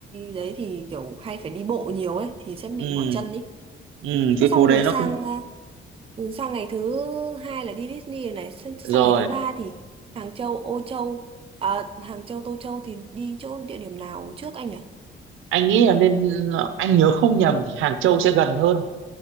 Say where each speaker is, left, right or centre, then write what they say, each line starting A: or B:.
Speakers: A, on the right; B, on the right.
A: đấy thì kiểu hay phải đi bộ nhiều ấy thì sẽ bị
B: ừ
A: mỏi chân ý
B: ừ cái
A: thế xong
B: phố đấy
A: rồi
B: nó
A: sang
B: cũng
A: ừ, sang ngày thứ hai là đi Disney rồi này sang, sang
B: rồi
A: ngày thứ ba thì Hàng Châu Ô Châu à, Hàng Châu Tô Châu thì đi chỗ địa điểm nào trước anh nhỉ
B: anh nghĩ là nên anh nhớ không nhầm thì Hàng Châu sẽ gần hơn